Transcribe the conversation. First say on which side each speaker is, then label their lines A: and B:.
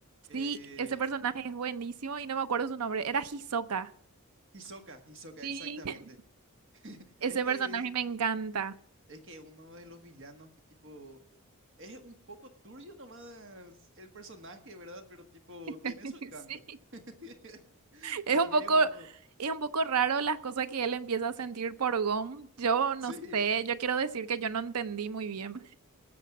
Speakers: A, on the right; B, on the right.
A: Eh,
B: Sí, ese personaje es buenísimo y no me acuerdo su nombre. Era Hisoka.
A: Hisoka, Hisoka,
B: Sí.
A: exactamente.
B: <laughs> Ese
A: Es que
B: personaje
A: es,
B: me encanta.
A: es que uno de los villanos que tipo es un poco turbio nomás el personaje, ¿verdad? Pero tipo tiene
B: <laughs>
A: su encanto.
B: Sí,
A: <laughs>
B: es
A: Para
B: un
A: mí
B: poco,
A: es uno,
B: es un poco raro las cosas que él empieza a sentir por Gon. Yo no
A: sí,
B: sé, yo quiero decir que yo no entendí muy bien.